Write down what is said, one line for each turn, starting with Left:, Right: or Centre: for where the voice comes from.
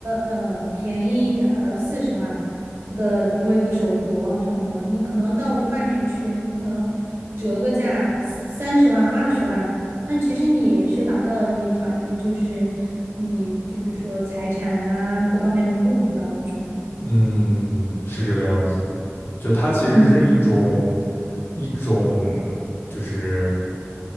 Right: 嗯、便宜一点儿的四十万的，比如说一个手镯什么的，你可能到外面去，你可能折个价三十万、二十万，那其实你也是达到了你转移，就是你就比如说财产啊各方面的目的吧，我觉得。
Left: 嗯，是这个样子的。就它其实是一种，
Right: 嗯，
Left: 一种就是